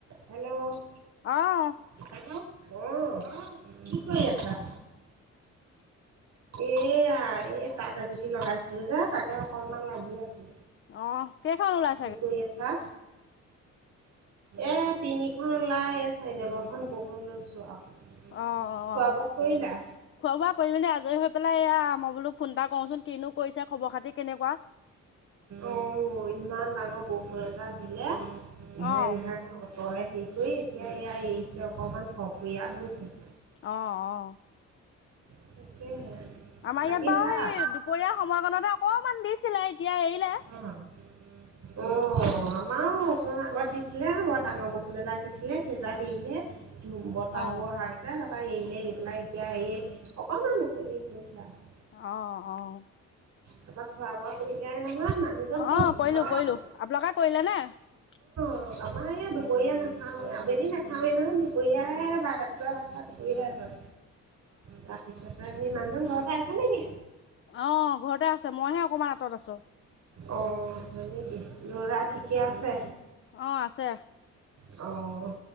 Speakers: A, on the right; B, on the left.
A: হেল্ল'।
B: আহ
A: হেল্ল' অ'। কি কৰি আছা?
B: <inaudible>
A: এয়া এই তাত এজুতি লগাইছিলোঁ যে তাকে অকনমান লাগি আছোঁ।
B: অ'। কেইখন ওলাই
A: কি কৰি আছা? এ, তিনিখন লাই এ, চাইনেমখন ব'ব লৈছোঁ আৰু।
B: অ অ
A: খোৱা বোৱা কৰিলা?
B: খোৱা বোৱা কৰি মেলি আজৰি হৈ পেলাই এয়া আমই বোলো ফোন এটা কৰোঁচোন কিনো কৰিছে খবৰ খাতি কেনেকুৱা।
A: অ' ইমান ডাঙৰ বৰষূণ এজাক দিলে ঘেৰেং
B: অ
A: ঘেৰেং তই হেৰি কৰি এতিয়া এয়া এৰিছে অকমান ফফিয়া হৈছে।
B: অ', অ'।
A: তাকেহে।
B: আমাৰ
A: বাকী
B: ইয়াত বাৰু
A: ভাল?
B: সেই দুপৰীয়া সময়কণতে অকণমান দিছিলে, এতিয়া এৰিলে।
A: অ'।
B: <inaudible>
A: অ' আমাৰো অকমান আগত দিছিলে, বৰ ডাঙৰ বষুণ এজাক দিছিলে, সেইজাক এৰিলে। ধুম বতাহু
B: অ
A: হোৱা আগতে তাৰপা এৰিলে এৰি পেলাই এতিয়া এই অকমান উকলি হৈছে আৰু।
B: অ', অ'।
A: তাৰপৰা খোৱা বোৱা কৰিলে নহয় মানুহজন ক'ত
B: অ' কৰিলো
A: ঘৰতে
B: কৰিলো।
A: আছে।
B: আপোনোকে কৰিলে নে? <inaudible>
A: অ' আমাৰ এই দুপৰীয়া নাখাও, আবেলি নাখাওৱে নহয়, দুপৰীয়াই এ, বা ৰাতিপুৱা ভাত খাওঁ দুপৰীয়াই হয়।
B: <inaudible>
A: তাৰপিছতে সেই মানুহজন ঘৰতে আছে নেকি?
B: অ' ঘৰতে আছে, মইহে অকমান আঁতৰত আছোঁ।
A: অ' হয় নেকি? ল'ৰা ঠিকে আছে?
B: অ' আছে।
A: অ'।